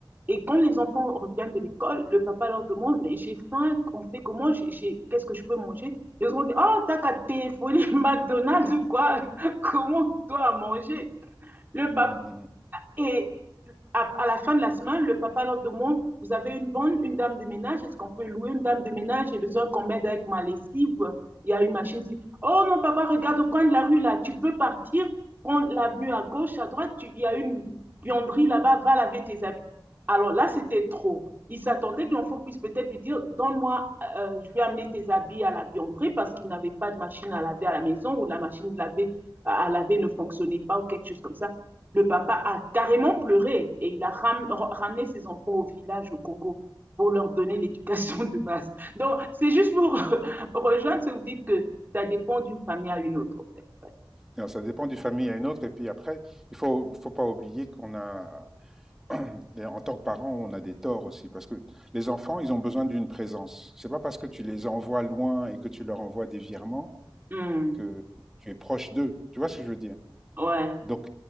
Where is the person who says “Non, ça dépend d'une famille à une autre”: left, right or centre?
Centre